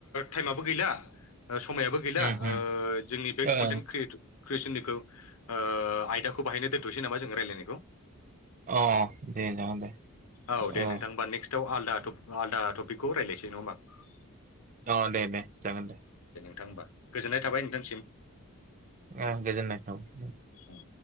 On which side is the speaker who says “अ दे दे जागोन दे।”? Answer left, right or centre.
Right